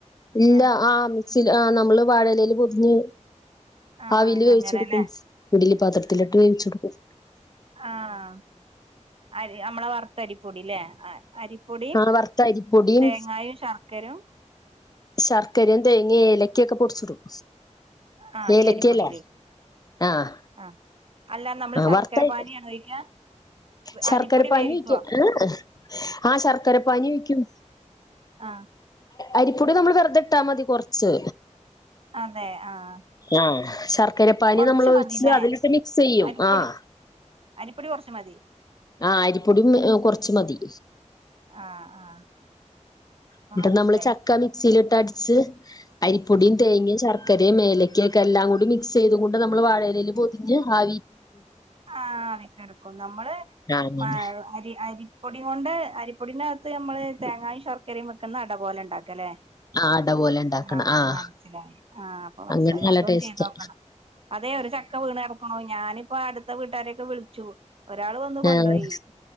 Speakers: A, on the left; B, on the right.
A: ഇല്ല
B: ആഹ്
A: ആ <unintelligible> നമ്മള് വാഴലയില് പൊതിഞ്
B: ആഹ്
A: ആവില് വേവിച്ചെടുക്കും
B: അങ്ങനെല്ലേ
A: ഇഡിലി പാത്രത്തിലിട്ട് വേവിച്ചടുക്കും
B: ആഹ അരി മ്മളെ വറുത്തരിപ്പൊടില്ലേ ആ അരിപ്പൊടിയും
A: ആഹ് വറുത്ത അരിപ്പൊടിയും
B: തേങ്ങായും ശർക്കരും
A: ശർക്കരയും തേങ്ങയും ഇലക്കൊക്കെ പൊടിച്ചിടും
B: ആഹ
A: ഏലക്കല്ലേ
B: ഈ അരിപ്പൊടിയിലേക്ക്
A: ആഹ്
B: ആഹ അല്ല നമ്മള് ശർക്കര
A: വറുത്ത
B: പാനീയാണോ ഒഴിക്കാ
A: ശർക്കര
B: അരിപ്പൊടി
A: പാഞ്ഞിഒഴിക്കും,
B: വേവിക്കുവോ
A: ആഹ് ആ ശർക്കര പാഞ്ഞി ഒഴിക്കും
B: ആഹ
A: അരിപ്പൊടി നമ്മൾ വെറുതെ ഇട്ടാ മതി കുറച്ച്
B: അതെ ആഹ്
A: ആ ശർക്കരപ്പാനി
B: കൊറച്ച്
A: നമ്മൾ ഒഴിച്ച്
B: മതില്ലേ
A: അതിലിട്ട് മിക്സ് ചെയ്യും
B: അരിപ്പൊടി
A: ആഹ
B: അരിപ്പൊടി കൊറച്ച് മതി
A: ആ അരിപ്പൊടിയും കുറച്ച് മതി
B: ആഹ ആഹ അപ്പൊ
A: എന്നിട്ട്
B: മനസിലായി
A: നമ്മള് ചക്ക മിക്സിയിലിട്ട് അടിച്ച് അരിപ്പൊടിയും തേങ്ങീമം ശർ മക്കരയും ഏലക്കയൊക്കെ എല്ലാം കൂടി മിക്സ് ചെയ്തു കൊണ്ട് നമ്മൾ വാഴയിലയിൽ പൊതിഞ്ഞ് ആ-
B: ആ അറക്കെടുക്കും നമ്മള്
A: ആഹ് അങ്ങനെ
B: ആ അരി അരി പൊടി കൊണ്ട് അരിപ്പൊടിനകത്ത് നമ്മള് തേങ്ങായും ശർക്കരയും വെക്കുന്ന അട പോലെ ഉണ്ടാക്കുകല്ലേ
A: ആഹ അട പോലെ ഇണ്ടാക്കണം
B: ആഹ
A: ആഹ്
B: മനസ്സിലായി ആഹ് അപ്പ മനസ്സിലായി
A: അങ്ങനെ നല്ല
B: അതൊന്ന്
A: ടേസ്റ്റാ
B: ചെയ്തോക്കണം അതെ ഒരു ചക്ക വീണ് കടക്കണു ഞാനിപ്പോ അടുത്ത് പെരേക്ക് വിളിച്ചു ഒരാൾ വന്ന് കൊണ്ടോയി
A: ആഹ്